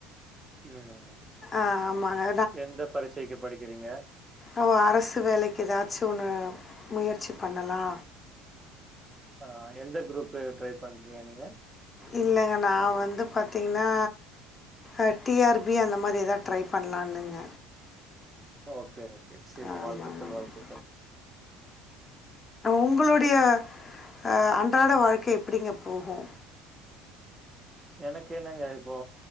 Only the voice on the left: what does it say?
ஆமாங்க
ஓ அரசு வேலைக்கு எதாச்சு ஒன்னு முயற்சி பண்ணலா
இல்லங்க நா வந்து பாத்தீங்கன்னா அ டி ஆர் பி அந்த மாரி எதாது ட்ரை பண்ணலான்னுங்க
ஆமாங்க
ஆமாங்க
உங்களுடைய அ அன்றாட வாழ்க்கை எப்படிங்க போகு